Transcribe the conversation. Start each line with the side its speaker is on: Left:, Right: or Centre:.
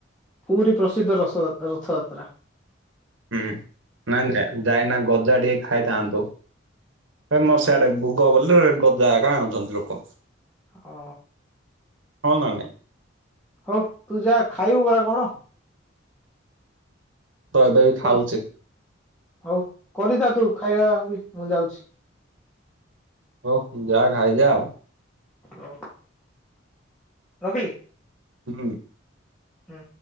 Centre: ପୁରୀ ପ୍ରସିଦ୍ଧ ରସ ଯା ଯାତ ରଥଯାତ୍ରା।
Right: ହୁଁ ନାଇଁ ଯାଇନା ଗଜା ଟିକେ ଖାଇଥାନ୍ତୁ। ଫେମସ
Centre: ହୁଁ
Right: ସେଆଡେ ଗୁଗ ଗଲେ ଗଜା ହକା ଆଣୁଚନ୍ତି ଲୋକ।
Centre: ହଁ।
Right: ହଁ ନା ନାଇଁ?
Centre: !!!!!!!!!!
Right: ତ ଏବେ ଏଇ ଖାଉଚି।
Centre: କର ହଉ କରିଥା ତୁ ଖାଇବା ବି ମୁଁ ଯାଉଛି।
Right: ହଉ ଯାଆ ଖାଇଯା ଆଉ।
Centre: ହଉ ରଖିଲି।
Right: ହୁଁ।
Centre: ହୁଁ।